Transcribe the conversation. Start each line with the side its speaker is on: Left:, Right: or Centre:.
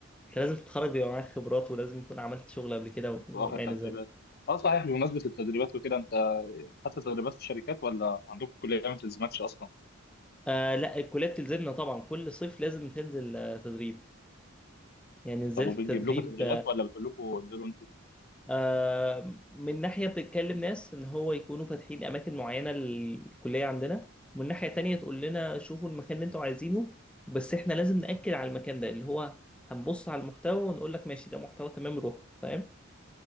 Centre: انت لازم تتخرج بيبقى معاك خبرات ولازم يكون عملت شغل قبل كده و- وما
Left: واخد تدريبات
Centre: الى ذلك
Left: اه صحيح بمناسبة التدريبات وكده انت حتى تدريبات في الشركات ولا عندكم الكليه ما بتلزمكش اصلا
Centre: آه لا الكلية بتلزمنا طبعا كل صيف لازم تنزل آه، تدريب يعني نزلت
Left: طب وبتجيب
Centre: تدريب
Left: لكم تدريبات ولا بتقول لكم انزلوا انتوا
Centre: آه، من ناحية بتتكلم ناس إن هو يكونوا فاتحين أماكن معينة للكلية عندنا ومن ناحية تانية تقول لنا شوفوا المكان اللي أنتوا عايزينه بس إحنا لازم نأكد على المكان ده اللي هو هنبص على المحتوى ونقول لك ماشي ده محتوى تمام روح فاهم